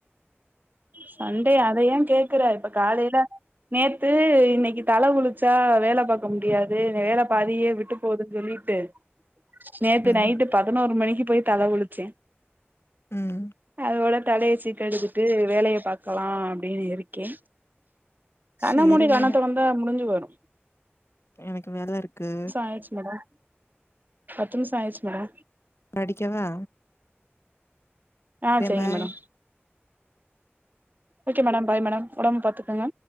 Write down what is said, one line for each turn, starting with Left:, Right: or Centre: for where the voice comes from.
Right: சண்டே அத ஏ கேக்குற இப்ப காலைல நேத்து இன்னிக்கு தல குளிச்சா வேல பாக்க முடியாது வேல பாதியே விட்டுப் போதுன் சொல்லிட்டு நேத்து
Left: ம்
Right: நைட்டு பதினோரு மணிக்கு போய் தல குளிச்சே
Left: ம்
Right: அதோட தலைய சிக் கெடுகு து வேலைய பாக்கலா அப்டின்னு இருக்கே கண்ணமூடி
Left: சேரி
Right: கண்ணத்
Left: மேடம்
Right: தொறந் ந்த முடிஞ்சு வரும்
Left: எனக்கு வேல இருக்கு
Right: என்னாயிச்சு மேடம் பத்து நிமுசம் ஆயிச்சு மேடோ
Left: அடிக்கவா
Right: ஆ சரிங்க
Left: bye
Right: madam okay madam bye madam உடம்ப பாத்துக்குங்க